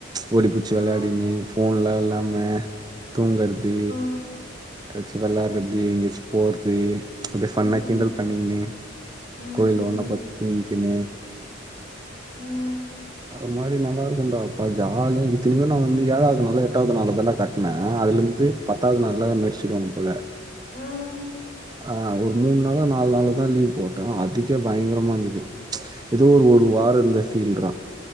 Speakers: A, on the right; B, on the left.
A: ஓடி
B: ஆமா
A: பூச்சி வெளயாடின்னு ஃபோன்லா இல்லாம தூங்கர்து
B: <inaudible>
A: எதாச்சு வெள்ளார்றது எங்காச்சு போறது அப்டே ஃபன்னா
B: ம் ம்
A: கிண்டல் பண்ணிகினு
B: ம்
A: கோயில்ல
B: ம்
A: ஒன்னா பத்து தூங்கி கின்னு
B: ம்
A: அது மாரி நல்லாருக்குன்டா ப்பா ஜாலியா இத்தனிக்கு நா வந்து ஏழாது நாளோ எட்டாது நாளோ தாண்டா கட்னே அதுலருந்து பத்தாது நாள்ல அத மேர்சுடுவாங் போல
B: ம்
A: ஆ ஒரு மூணு நாள நாலு நாளோ தா லீவ் போட்டே அதுக்கே பயங்கரமா இருந்துது ஏதோ ஒரு வாரோ இருந்த ஃபீல்றா